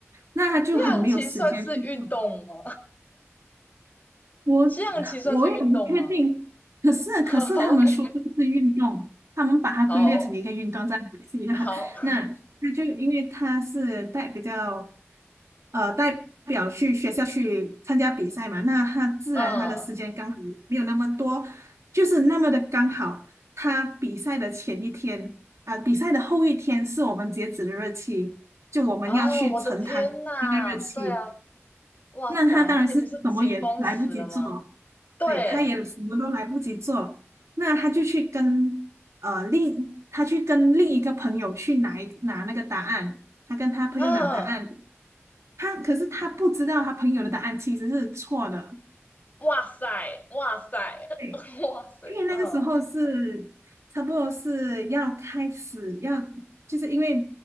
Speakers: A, on the right (about 85°); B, on the left (about 35°).
A: 那他就很没有时间去做。
B: 洋棋算是运动吗？<laughs>
A: 我我也不确定，
B: 西洋棋算是运动吗？
A: 可是可是他们说这个是运动，
B: <laughs> 好，OK，
A: 他们把它归类成一个运动在马来西亚。
B: 好，好。
A: <laughs> 那他就因为他是代比较呃代表去学校去参加比赛嘛，那他自然他的时间刚好没有那么多，
B: 嗯，
A: 就是那么的刚好，他比赛的前一天啊、比赛的后一天是我们截止的日期，就我们要去呈堂的那个日期。
B: 哦，我的天呐，对啊，哇塞，
A: 那他当然是什么也来不及做，
B: 那你不是紧绷死了吗？对，
A: 对，他也什么都来不及做，那他就去跟呃另他去跟另一个朋友去拿一拿那个答案，他跟他朋友拿答案，
B: 嗯，
A: 他可是他不知道他朋友的答案其实是错的，
B: 哇塞，哇塞，
A: 对。
B: <laughs> 哇塞，
A: 因为那个时候是差不多是要开始要，
B: 嗯，
A: 就是因为